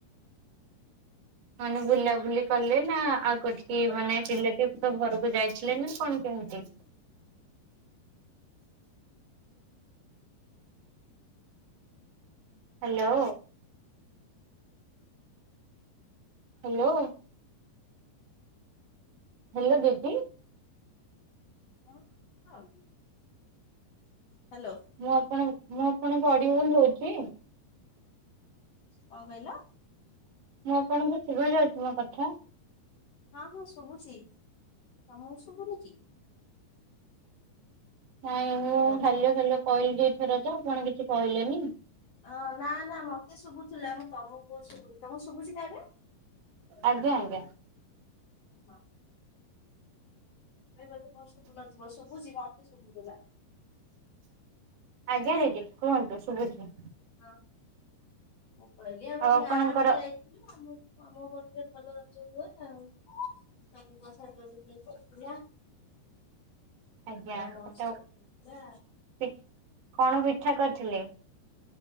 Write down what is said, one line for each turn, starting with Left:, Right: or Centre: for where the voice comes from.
Right: ମାନେ ବୁଲା ବୁଲି କଲେ ନା ଆଉ କୋଠିକି ମାନେ ରିଲେଟିଭିଙ୍କ ଘରକୁ ଯାଇଥିଲେ ନା କଣ କେମିତି। ହାଲୋ। ହାଲୋ। Hello baby.
Left: ହଁ ହଁ ହାଲୋ।
Right: ମୁଁ ଆପଣ ମୁଁ ଆପଣଙ୍କ ଅଡିଉଲ୍ ହଉଚି।
Left: କଣ କହିଲ?
Right: ମୁଁ ଆପଣଙ୍କୁ ଶୁଭା ଯାଉଛି ମୋ କଥା।
Left: ହଁ ହଁ ଶୁଭୁଛି ତମକୁ ଶୁଭୁନିକି।
Right: ନାଇଁ ମୁଁ
Left: ହ୍ୟାଲୋ।
Right: ହାଲୋ ହାଲୋ କହିଲି ଏଇଥରଜ ଆପଣ କିଛି କହିଲେନି।
Left: ହଁ ନା ନା ମତେ ଶୁଭୁଥିଲା ମୁଁ ତମକୁ ଶୁଭୁନି ତମକୁ ଶୁଭୁଛି ନା ଏବେ।
Right: ଆଜ୍ଞା ଆଜ୍ଞା।
Left: ହଁ <unintelligible> ବୋଧେ କଣ ଶୁଭୁନଥିବ ଶୁଭୁଛି ମତେ ଶୁଭିଗଲା।
Right: ଆଜ୍ଞା ରେଟି କୁହନ୍ତୁ ଶୁଭୁଛିି।
Left: ହଁ ମୁଁ କହିଲି ଆମ
Right: ଆଉ ଆପଣଙ୍କର
Left: ଗାଁକୁୁ ଯାଇ ଆମ ଆମ ପଟରେ ଭଲ ରଜ ହୁଏ ଆଉ। ସବୁ କଥା କ୍ଲିୟର କି କହୁଥିଲା।
Right: ଆଜ୍ଞା
Left: ମହୋତ୍ସବ
Right: <unintelligible>
Left: ହେଇଥିଲା।
Right: କଣ ପିଠା କରିଥିଲେ?